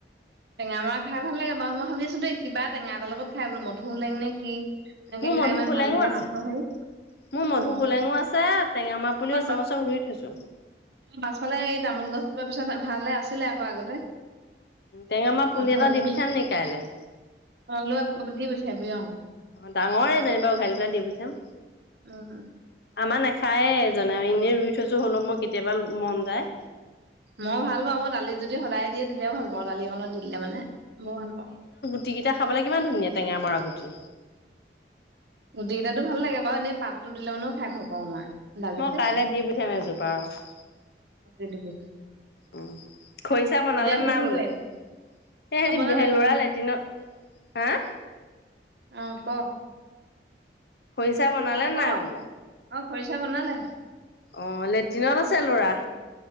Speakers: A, on the right; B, on the left.
A: টেঙা মৰা খাই ভাল লাগে বাওঁ ম‌ই ভাবি আছোঁ ডেই কিবা টেঙা এটা লগত খাই বোলো মধুধুলেং নে কি? এনেকে
B: মোৰ
A: খাই
B: মধুসোলেঙো
A: ইমান ভাল লাগে
B: আছে।
A: মাছৰ হেৰি
B: মোৰ মধুসোলেঙো
A: অ
B: আছে, টেঙামৰা পুলিও
A: অ
B: আছে, মই চব ৰুই থৈছো।
A: পাছফালে এই তামোল গছজোপা পিছত ভালে আছিলে আক আগতে।
B: টেঙামৰা
A: মধু
B: পুলি এটা
A: হোলেং
B: দি পঠিয়াম নি কাইলে?
A: <unintelligible>
B: ডাঙৰে যেনিবা <unintelligible>
A: উম
B: আমাৰ নাখায় এইজনে এনেই ৰুই থৈছোঁ হলৌ মই কেতিয়াবা ৰু মন যায়।
A: মই ভাল পাওঁ মই দালিত যদি সদায় দিয়ে তেতিয়াও ভাল পাওঁ দালি একনত দি দিলে মানে মই ভাল পাওঁ।
B: গগুটিকিতা খাবলৈ কিমান ধুনীয়া টেঙামৰা গুটি।
A: গুটি কেইটা টো ভাল লাগে বাৰু এনেই পাতটো দিলে মানেও খাই ভাল পাওঁ মই। দালিতে
B: মই কাইলৈ দি পঠিয়াম এজোপা ৰহ।
A: দি দিবি
B: উম, খৰিছা বনালে
A: এতিয়া সিহঁতি
B: নে নাই
A: কি
B: বনোৱা?
A: কৰি আছে
B: হে সেতি
A: অ বনালে বনালে
B: লৰা লেটিনত, হা?
A: উম, ক?
B: খৰিচা বনালে
A: ক
B: নাই বোলোঁ?
A: অ', খৰিচা বনালে।
B: অ', লেট্ৰিনত আছে ল'ৰা।